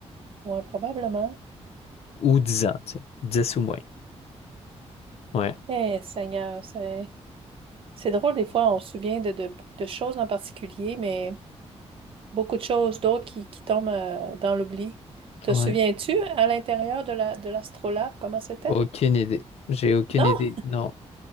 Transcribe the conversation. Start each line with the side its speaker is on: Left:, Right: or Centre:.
Right: Ouais, probablement.
Left: Ou 10 ans, tu sais. dix ou moins. Ouais.
Right: Eh, Seigneur, c'est c'est drôle, des fois, on se souvient de, de, de choses en particulier, mais beaucoup de choses d'autres qui, qui tombent euh, dans l'oubli. Te
Left: Ouais.
Right: souviens-tu à l'intérieur de la, de l'astrolabe, comment c'était?
Left: Aucune idée. J'ai aucune
Right: Non,
Left: idée. Non.